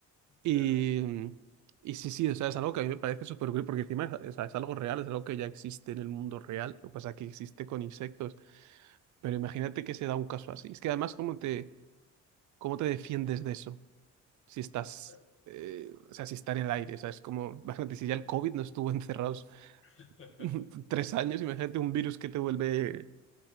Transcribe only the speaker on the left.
claro.
Claro,
<laughs>